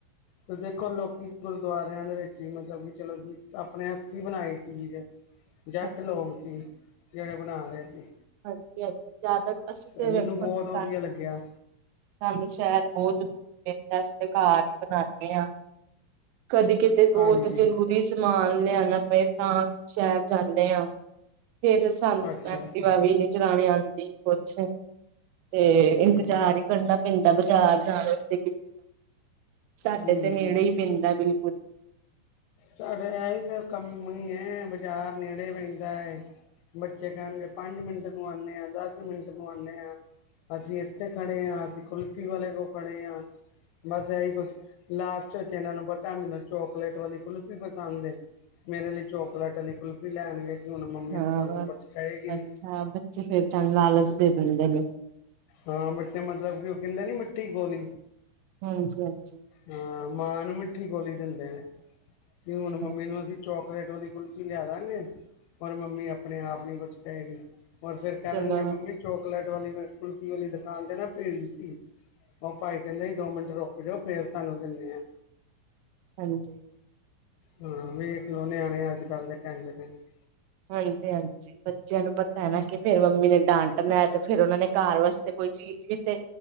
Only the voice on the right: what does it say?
ਹਾਂਜੀ
ਹਾਂਜੀ ਹਾਂਜੀ ਜ਼ਿਆਦਾ ਅਸੀਂ ਤੇ
ਵੇਖੋ
ਜੀ ਸ
ਸਾਨੂੰ ਸ਼ਹਿਰ ਬਹੁਤ ਦੂਰ ਪੈਂਦਾ ਅਸੀ ਤੇ ਘਰ ਹੀ ਬਣਾਉਂਦੇ ਹਾਂ ਕਦੇ ਕਿਤੇ ਬਹੁਤ
ਜ਼ਰੂਰੀ ਸਮਾਨ ਲਿਆਣਾ ਪਏ ਤਾਂ ਅਸੀ ਸ਼ਹਿਰ ਜਾਂਦੇ ਆਂ। ਫੇਰ ਸਾਨੂੰ
ਐਕਟਿਵਾ
ਵੀ ਨੀ ਚਲਾਣੀ ਆਂਦੀ ਕੁੱਛ ਤੇ
ਇੰਤਜ਼ਾਰ ਹੀ ਕਰਨਾ ਪੈਂਦਾ ਬਾਜ਼ਾਰ ਜਾਣ ਵਾਸਤੇ ਸਾਡੇ
ਤੇ ਨੇੜੇ ਹੀ ਪੈਂਦਾ ਬਿਲਕੁਲ
ਹਾਂ
ਬਸ
ਅੱਛਾ ਬੱਚੇ ਫੇਰ ਤਨੂੰ ਲਾਲਚ ਦੇ ਦਿੰਦੇ ਨੇ।
ਹਾਂਜੀ -ਹਾਂਜੀ।
ਅੱਛਾ
ਚਲੋ
ਹਾਂਜੀ
ਹਾਂਜੀ-ਹਾਂਜੀ, ਬੱਚਿਆਂ ਨੂੰ ਪਤਾ ਹੈ ਨਾ ਕਿ ਫੇਰ ਮੰਮੀ ਨੇ ਡਾਂਟਣਾ ਤੇ ਫੇਰ ਉਹਨਾ ਨੇ ਘਰ ਵਾਸਤੇ। ਕੋਈ ਚੀਜ਼ ਵੀ ਤੇ